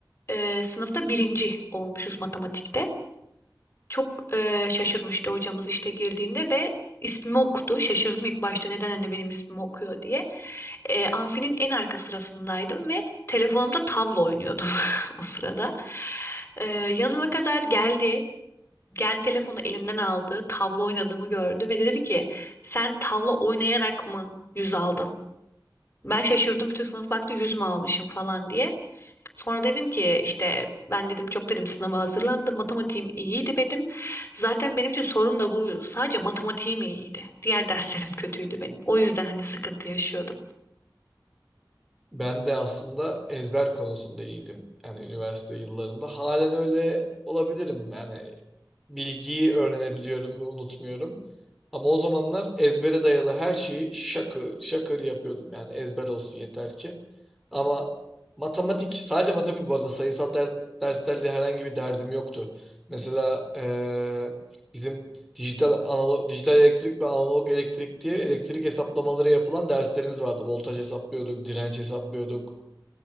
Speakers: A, on the left; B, in the centre.
A: e, sınıfta birinci olmuşuz matematikte. Çok e, şaşırmıştı hocamız işte girdiğinde ve ismimi okudu. Şaşırdım ilk başta neden anne benim ismimi okuyor diye. E, amfinin en arka sırasındaydım ve telefonumda tablo oynuyordum <laughs> o sırada. E, yanıma kadar geldi. Gel telefonu elimden aldı. Tablo oynadığımı gördü ve dedi ki sen tavla oynayarak mı yüz aldın? Ben şaşırdım bütün sınıf baktı yüz mü almışım falan diye. Sonra dedim ki işte ben dedim çok dedim sınava hazırlandım. Matematiğim iyiydi benim. Zaten benim için sorun da bu. Sadece matematiğim iyiydi. Diğer derslerim <laughs> kötüydü benim. O yüzden hani sıkıntı yaşıyordum.
B: Ben de aslında ezber konusunda iyiydim. Yani üniversite yıllarında. Halen öyle olabilirim. Yani bilgiyi öğrenebiliyorum ve unutmuyorum. Ama o zamanlar ezbere dayalı her şeyi şakır şakır yapıyordum. Yani ezber olsun yeter ki. Ama matematik, sadece matematik bu arada sayısal der, derslerle herhangi bir derdim yoktu. Mesela eee, bizim Dijital, analog, dijital elektrik ve analog elektrik diye elektrik hesaplamaları yapılan derslerimiz vardı. Voltaj hesaplıyorduk, direnç hesaplıyorduk,